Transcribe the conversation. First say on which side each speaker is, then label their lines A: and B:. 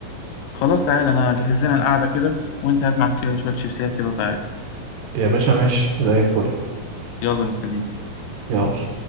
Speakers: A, on the left; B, on the right.
A: خلاص تعالى انا هجهز لنا القعده كده وانت هات معاك شويه شيبسيات كده وتعالى
B: يا باشا ماشي زي الفل
A: يلا مستنيين
B: يلا